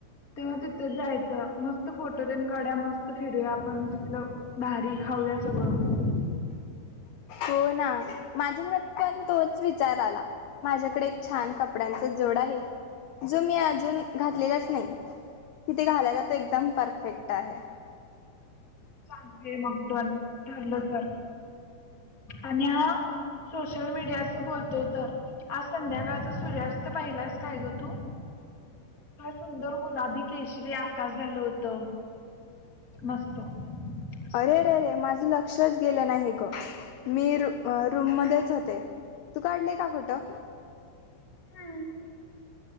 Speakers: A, on the left; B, on the left.
A: तेव्हा तिथेच जायचं, मस्त फोटो तेन काढा, मस्त फिरूया आपण तिथलं मारी खाऊया सगळं.
B: हो ना माझ्या मनात पण तोच विचार आला माझ्याकडे एक छान कपड्यांचा जोड आहे जो मी अजून घातलेलाच नाही आहे, तिथे घालायला तो एकदम परफेक्ट आहे.
A: हा ते मगद्वन ठरलं तर आणि हा सोशल मीडियाचा बोलतोय तर आज संध्याकाळच सूर्यास्त पहिलाच काय ग तू सुंदर गुलाबी केशरी आकाश झालं होत मस्त. असं
B: अरे रे रे माझं लक्षचं गेलं नाही ग, मी रू आ रूम मध्येच होते तू काढले का फोटो?
A: हम्म